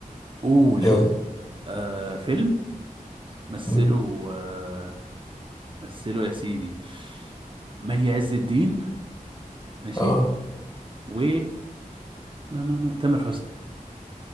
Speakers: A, on the right (about 35°); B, on the left (about 25°).
A: قول
B: يلا
A: آه فيلم مثله
B: مم.
A: آه، مثله يا سيدي مي عز الدين ماشي
B: اه
A: و لا لا لا تامر حسني